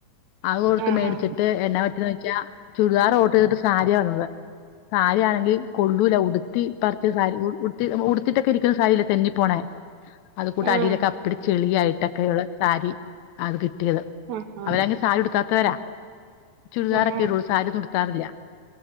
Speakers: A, on the left (about 75°); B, on the right (about 70°).
A: അത് കൊടുത്ത്
B: ആഹ്
A: മേടിച്ചിട്ട് എന്ന പറ്റിയന്ന് വെച്ചാ ചുരിദാർ ഓർഡർ ചെയ്തിട്ട് സാരിയാവന്നത് സാരിയാണെങ്കിൽ കൊള്ളൂല ഉടുത്തി പറിച്ച സാരി ഉ ഉടുത്തിട്ടൊക്കെ ഇരിക്കുന്ന സാരില്ലേ തെന്നി പോണേ അതുകൂട്ട്
B: ആഹ്
A: അടിയിലൊക്കെ അപ്പടിച്ചെളിയായിട്ടൊക്കെയുള്ള സാരി അത് കിട്ടിയത്
B: ആഹ് ആഹ്
A: അവരങ്ങ് സാരി ഉടുക്കാത്തവരാ ചുരിദാറൊക്കെ
B: ആഹാ
A: ഇടുള്ളൂ സാരിയൊന്നും ഉടുക്കാറില്ല